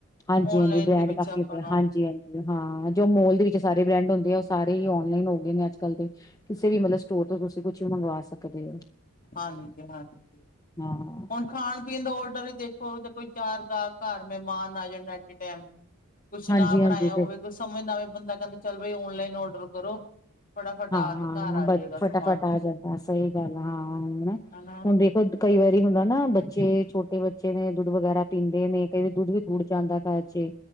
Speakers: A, on the left (about 15°); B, on the left (about 40°).
A: ਹਾਂਜੀ-ਹਾਂਜੀ,
B: ਔਨਲਾਈਨ
A: ਬ੍ਰੈਂਡ
B: ਦੇ ਵਿੱਚ
A: ਕਾਫੀ
B: ਆਪਾਂ
A: ਹੋ ਗਿਆ
B: ਨੂੰ
A: ਹਾਂਜੀ। ਹਾਂ ਜੋ ਮੋਲ ਦੇ ਵਿੱਚ ਸਾਰੇ ਬ੍ਰੈਂਡ ਹੁੰਦੇ ਆ ਉਹ ਸਾਰੇ ਹੀ ਔਨਲਾਈਨ ਹੋ ਗਏ ਨੇ ਅੱਜ ਕੱਲ ਦੇ ਕਿਸੇ ਵੀ ਮਤਲਬ ਸਟੋਰ ਤੁਸੀਂ ਕੁਛ ਮੰਗਵਾ ਸਕਦੇ ਓ।
B: ਹਾਂਜੀ-ਹਾਂਜੀ।
A: ਹਾਂ
B: ਹੁਣ ਖਾਣ ਪੀਣ ਦਾ ਆਰਡਰ ਹੀ ਦੇਖੋ ਜੇ ਕੋਈ ਚਾਰ ਗਾਹਕ ਘਰ ਮਹਿਮਾਨ ਆ ਜਾਣਾ। <unintelligible> ਕੁਛ ਨਾ
A: ਹਾਂਜੀ ਹਾਂਜੀ
B: ਬਣਾਇਆ ਹੋਵੇ
A: ਤੇ
B: ਕੁਛ ਸਮਝ ਨਾ ਆਵੇ ਬੰਦਾ ਕਹਿੰਦਾ ਚੱਲ ਬਾਈ ਔਨਲਾਈਨ ਔਡਰ ਕਰੋ। ਫਟਾਫਟ
A: ਹਾਂ
B: ਆ
A: ਹਾਂ
B: ਤੇ ਘਰ
A: ਹਾਂ,
B: ਆ
A: ਬਸ
B: ਜਾਏਗਾ ਸਮਾਨ
A: ਫਟਾਫਟ ਆ ਜਾਂਦਾ ਸਈ ਗੱਲ ਆ ਹਾਂ ਹਣ
B: ਹਨਾ
A: ਹੁਣ ਦੇਖੋ ਕਈ ਵਾਰੀ ਹੁੰਦਾ। ਹਨਾ ਬੱਚੇ ਛੋਟੇ ਬੱਚੇ ਨੇ ਦੁੱਧ ਵਗੈਰਾ ਪੀਂਦੇ ਨੇ ਕਈ ਵਾਰ ਦੁੱਧ ਵੀ ਥੁੜ ਜਾਂਦਾ ਘਰ ਚ